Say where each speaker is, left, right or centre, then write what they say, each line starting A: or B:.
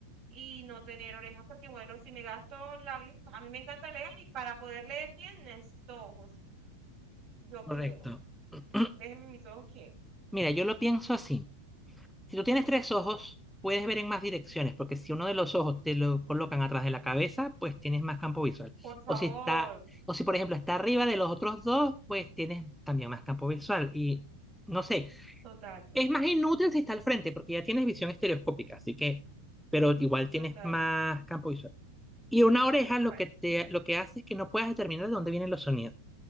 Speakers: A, on the right; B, in the centre.
A: y no tener orejas, porque bueno, si me gasto la vista, a mí me encanta leer y para poder leer bien necesito ojos. Yo
B: Correcto.
A: quiero.
B: <clears throat>
A: Déjenme mis ojos quietos.
B: Mira, yo lo pienso así. Si tú tienes tres ojos, puedes ver en más direcciones, porque si uno de los ojos te lo colocan atrás de la cabeza, pues tienes más campo visual.
A: Por favor.
B: O si está, o si por ejemplo está arriba de los otros dos, pues tienes también más campo visual. Y no sé,
A: Total, total,
B: Es más inútil si está al frente, porque ya tienes visión estereoscópica, así que, pero igual tienes
A: total.
B: más campo visual. Y una oreja lo
A: Bueno,
B: que te, lo que hace es que no puedas determinar de dónde vienen los sonidos.